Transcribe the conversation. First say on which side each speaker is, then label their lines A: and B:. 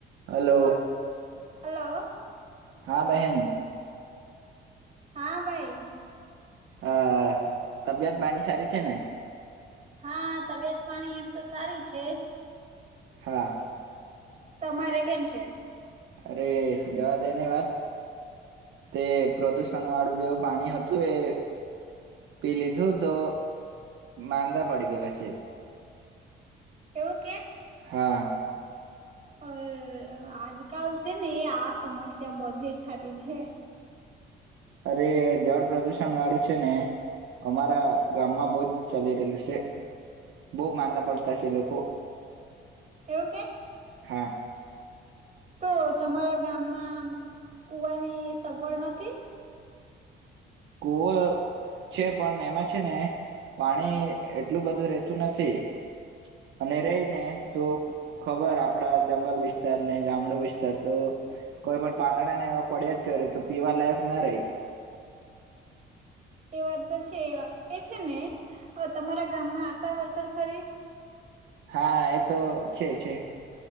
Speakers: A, on the right (about 75°); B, on the right (about 40°).
A: Hello
B: હલ hello.
A: હા બેહેન.
B: હા ભાઈ.
A: અ તબિયત પાની સારી છે ને?
B: હા તબિયત પાણી એમ તો સારી છે.
A: હા.
B: તમારે કેમ છે?
A: અરે જવા દે ની વાત, તે પ્રદુષણ વાળું જેવું પાણી હતું એ, પી લીધું તો માંદા પડી ગયેલા છે.
B: એવું કે?
A: હા.
B: અર આજકાલ છે ને આ સમસ્યા બધી જ થતી છે.
A: અરે જળ પ્રદુષણ વાળું છે ને, અમારા ગામમાં બહજ ચાલી રહેલું છે, બહુ માંદા પડતા છે લોકો.
B: એવું કે.
A: હા.
B: તો તમારા ગામમાં, કુવાની સગવડ નથી?
A: કૂવો છે પણ એમાં છે ને, પાણી એટલું બધું રેતું નથી, અને રહી ને તો ખબર આપડા જંગલ વિસ્તારને ગામડો વિસ્તાર તો, કોઈ પણ પાંદડાને એવા પડ્યા જ કરે તો પીવા લયક ના રેય.
B: એ વાત તો છે એ છે ને, તમારા ગામમાં આશા વર્કર ખરી?
A: હા એ તો છે છે.